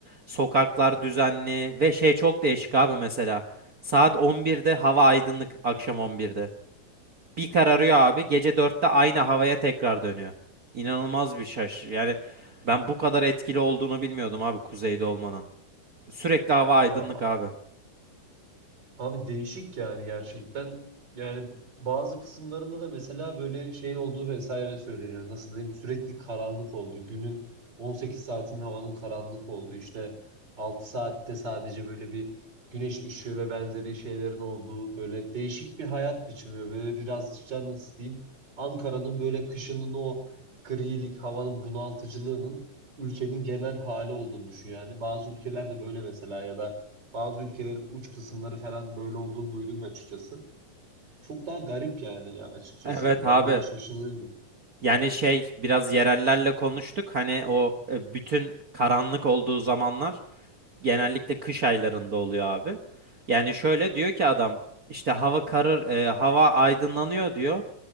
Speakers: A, on the right; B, on the right.
A: Sokaklar düzenli ve şey çok değişik abi mesela. Saat 11'de hava aydınlık akşam 11'de. Bir kararıyor abi. Gece dörtte aynı havaya tekrar dönüyor. İnanılmaz bir şaş. Yani ben bu kadar etkili olduğunu bilmiyordum abi kuzeyde olmanın. Sürekli hava aydınlık
B: Ya
A: abi.
B: Abi değişik yani gerçekten. Yani bazı kısımlarında da mesela böyle şey olduğu vesaire söyleniyor. Nasıl diyeyim? Sürekli karanlık oldu. Günün 18 saatinin havanın karanlık olduğu işte 6 saatte sadece böyle bir güneş ışığı ve benzeri şeylerin olduğu böyle değişik bir hayat biçimi. ve Böyle birazcık da nasıl diyeyim? Ankara'nın böyle kışının o grilik havanın bunaltıcılığının ülkenin genel hali olduğunu düşün yani. Bazı ülkelerde böyle mesela ya da bazı ülkelerin uç kısımları falan böyle olduğunu duydum açıkçası. Çok daha garip yani ya açıkçası.
A: Evet abi.
B: Ben böyle şaşırıyorum.
A: Yani şey biraz yerellerle konuştuk. Hani o e, bütün karanlık olduğu zamanlar genellikle kış aylarında oluyor abi. Yani şöyle diyor ki adam işte hava karır e, hava aydınlanıyor diyor.